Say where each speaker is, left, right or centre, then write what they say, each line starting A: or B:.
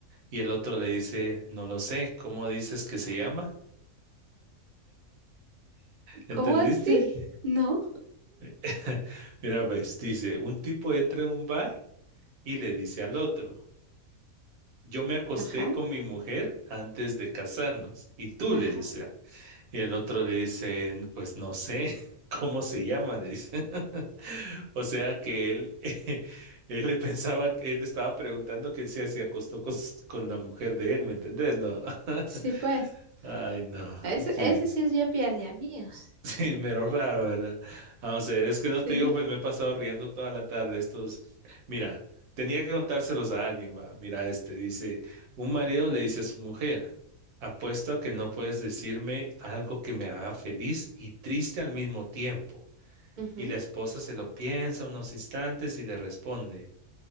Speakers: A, on the right (about 85°); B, on the right (about 50°).
A: Y el otro le dice, no lo sé, ¿cómo dices que se llama? ¿Entendiste?
B: ¿Cómo así? <laughs> No.
A: <laughs> Mira, pues dice, un tipo entra en un bar y le dice al otro, yo me acosté
B: Ajá,
A: con mi mujer antes de casarnos. Y tú
B: ajá.
A: le dice, "Ah". Y el otro le dice, pues no sé <laughs> cómo se llama, le dice. <laughs> O sea que él, <laughs> él le pensaba, que él estaba preguntando que él se se acostó con, s- con la mujer de él, ¿me entendés? No. <laughs>
B: Sí, pues.
A: Ay, no.
B: Ese,
A: Sí.
B: ese sí es bien pierde amigos.
A: Sí, mero raro, ¿verdad? Vamos a ver, es que no
B: Sí.
A: te digo, pues me he pasado riendo toda la tarde. Estos, mira, tenía que contárselos a alguien, va. Mira, este dice, un marido le dice a su mujer, apuesto a que no puedes decirme algo que me haga feliz y triste al mismo tiempo.
B: Ujú,
A: Y la esposa se lo piensa unos instantes y le responde,